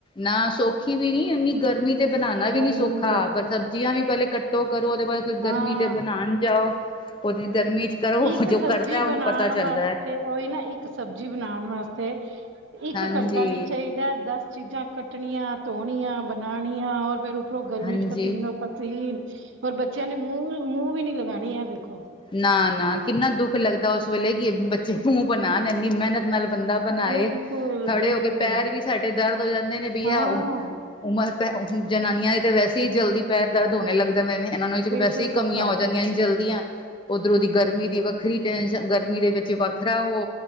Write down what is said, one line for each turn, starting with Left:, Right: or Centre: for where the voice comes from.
Left: ਨਾ ਸੌਖੀ ਵੀ ਨੀ ਏਨੀ ਗਰਮੀ ਤੇ ਬਨਾਨਾ
Right: ਗਰਮੀ
Left: ਵੀ ਨੀ ਸੌਖਾ
Right: ਵਿੱਚ
Left: ਪਰ ਸਬਜ਼ੀਆਂ ਵੀ ਪੈਲੇ ਕਟ ਟੋ ਕਰੋ, ਉਹਦੇ ਬਾਅਦ ਫਿਰ
Right: ਹਾਂ
Left: ਗਰਮੀ ਤੇ ਬਣਾਣ ਜਾਓ। ਉਹਦੀ ਗਰਮੀ'ਚ ਕਰੋ,
Right: ਇੱਕ
Left: ਜੋ ਕਰਦਾ
Right: ਸਬਜ਼ੀ
Left: ਉਹਨੂੰ
Right: ਬਣਾਉਣ
Left: ਪਤਾ ਚੱਲਦੈ।
Right: ਵਾਸਤੇ ਉਹੀ ਨਾ ਇੱਕ ਸਬਜ਼ੀ ਬਣਾਣ ਵਾਸਤੇ, ਇੱਕ
Left: ਹਾਂਜੀ
Right: ਘੰਟਾ ਵੀ ਚਾਹੀ ਦਸ ਚੀਜ਼ਾਂ ਕੱਟਣੀਆਂ, ਧੋਣੀਆਂ, ਬਣਾਣੀਆਂ ਔਰ ਫਿਰ ਉਪਰੋ ਗਰਮੀ'ਚ
Left: ਹਾਂਜੀ
Right: ਪਸੀਨੋ-ਪਸੀਨ, ਹੋਰ ਬੱਚਿਆਂ ਨੇ ਮੂੰਹ ਵੀ ਨੀ ਲਗਾਣੀ, ਐ ਦੇਖੋ।
Left: ਨਾ-ਨਾ ਕਿੰਨਾ ਦੁੱਖ ਲੱਗਦਾ ਉਸ ਵੇਲੇ, ਕਿ ਬੱਚੇ ਮੂੰਹ ਬਣਾਨ ਇੰਨੀ ਮਿਹਨਤ ਨਾਲ ਬੰਦਾ ਬਨਾਏ,
Right: ਬਿਲਕੁਲ
Left: ਖੜੇ
Right: ਬਿਲਕੁਲ
Left: ਹੋਕੇ ਪੈਰ ਵੀ ਸਾਡੇ ਦਰਦ ਹੋ ਜਾਂਦੇ ਨੇ ਬੀ
Right: ਹਾਂ
Left: ਆ ਉਮਰ ਤੇ, ਜਨਾਨੀਆਂ ਦੀ ਤਾਂ ਵੈਸੇ ਹੀ ਜਲਦੀ ਪੈਰ ਦਰਦ ਹੋਣੇ ਲੱਗ ਜਾਂਦੇ ਨੇ, ਇਹਨਾਂ ਨੂੰ ਵਿੱਚ
Right: ਬਿਲਕੁਲ
Left: ਵੈਸੇ ਹੀ
Right: ਥਕਾਵਟ
Left: ਕਮੀਆਂ ਹੋ ਜਾਂਦੀਆਂ ਨੇ ਜਲਦੀਆਂ, ਉੱਧਰੋਂ
Right: ਬਿਲਕੁਲ
Left: ਦੀ ਗਰਮੀ ਦੀ ਵੱਖਰੀ ਟੈਂਸ਼ਨ, ਗਰਮੀ ਦੇ ਵਿੱਚ ਵੱਖਰਾ ਓ,